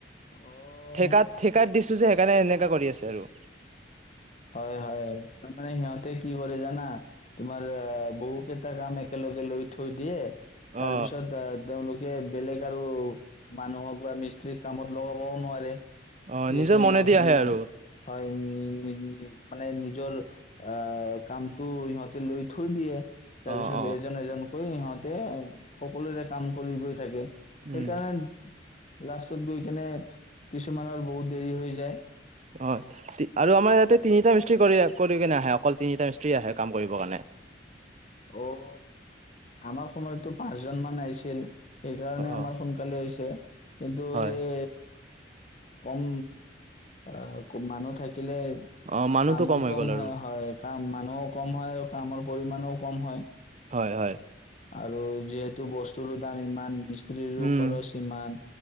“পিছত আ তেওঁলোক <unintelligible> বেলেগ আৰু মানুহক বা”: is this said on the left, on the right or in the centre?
Left